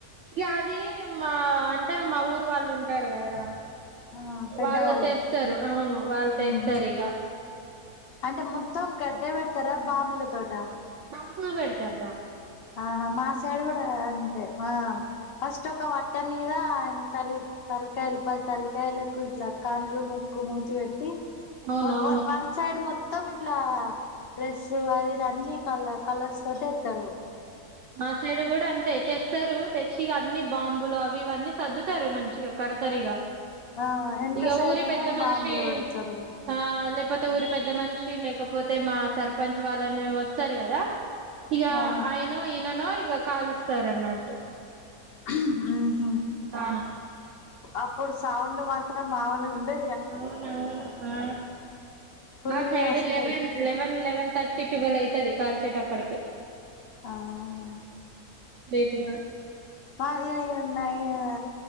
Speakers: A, on the right (about 60°); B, on the left (about 45°).
A: యా అది మా అంటే మా ఊర్ వాళ్ళు ఉంటార్ కదరా
B: ఆ పెద్దవాళ్ళు
A: వాళ్ళు తెస్తరు. అవును వాళ్ళు తెస్తరిగ
B: మ్మ్ అంటే మొత్తం గడ్డే పెడ్తరా బాంబుల తోటా
A: బాంబుల్ పెడ్తర్రా
B: ఆహా మాసైడ్ గుడా అంతే ఆ ఫస్ట్ ఒక వట్టన్ మీద ఆయన తలి తల్కాయలు పది తల్కాయలకు ఇట్ల కన్లు, ముక్కు, మూతి పెట్టి
A: అవును
B: వ
A: అవును
B: వ వన్సైడ్ మొ త్తం ఇట్లా డ్రెస్సు అది ఇది అన్ని కల కలర్స్తోట్ ఏత్తరు.
A: మా సైడ్ గుడా అంతే తెస్తరు తెచ్చి ఇగ అన్నీ బాంబులు అవ్ ఇవన్నీ సర్దుతరు మంచిగా కడ్తరిగ
B: ఆ వెనక
A: ఇగ
B: సైడ్
A: ఊరి
B: ఏమో
A: పెద్ద మనిషి
B: బాంబులు పెడతారు
A: ఆ లేపోతే ఊరి పెద్ద మన్ షి లేకపోతే మా సర్పంచ్ వాళ్ళన్ వస్తారు గదా ఇగ
B: ఆ
A: ఆయ ననో ఇగ కాలుస్తార్ అన్నట్టు.
B: ఆ
A: తానం.
B: అప్పుడ్ సౌండ్ మాత్రం మామూల్గుండే
A: అవునవును. ఆ
B: ఫుల్
A: మా సైడ్
B: వస్తాయి
A: eleven eleven eleven thirty twelve అయితది కాల్చేటప్పటికి
B: ఆ హ
A: లేట్గా
B: పా అయ్యోయ్ ఉన్నాయి ఆ